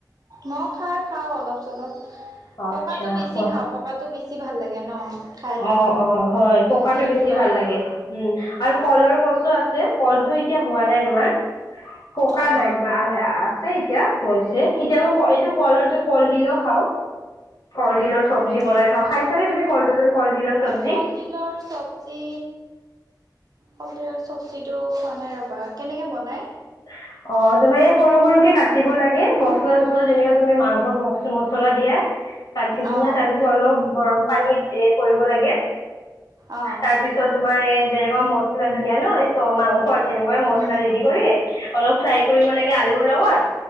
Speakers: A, on the right; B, on the left.
A: মই খাৰ খাওঁ অলপ চলপ,
B: আচ্ছা
A: পকাতটো বেছি
B: খোৱা
A: খাওঁ পকাটো বেছি বেছি ভাল লাগে ন। খাই লৈ
B: অ', অ', হয় পকাতটো
A: সেইটো
B: বেছি
A: কাৰণে
B: ভাল লাগে, উম আৰু কলৰ গছো আ ছে কলটো এতিয়া হোৱা নাই তোমাৰ, পকা
A: অ
B: নাই তোমাৰ আহ আছে এতিয়া হৈছে কেতিয়াবা এইটো কলৰ কল দিলেও খাওঁ। কলডিলৰ চব্জি
A: অ
B: বনাই খাওঁ, খাইছা নে তুমি কলডিল কলডিলৰ চব্জি
A: কলডিলৰ চব্জি কলদিলৰ চব্জিটো খোৱা নাই ৰ'বা, কেনেকে বনায়?
B: অ', তোমাৰ এই সৰু সৰুককে কাট দিব লাগে, মছলা চচলা যেনেকে তুমি মাংসত মছলা দিয়া। কাটি কিনা
A: অ',
B: তাৰপিছত অলপ গৰম পানীত এ কৰিব লাগে,
A: অ',
B: তাৰপিছ চ তোমাৰ এই যেনেকুৱা মছলা দিয়া ন চ মাংস তেনেকুৱা মছলা
A: উম,
B: ৰেডি কৰি অলপ ফ্ৰাই কৰিব লাগে আলুৰ লগত,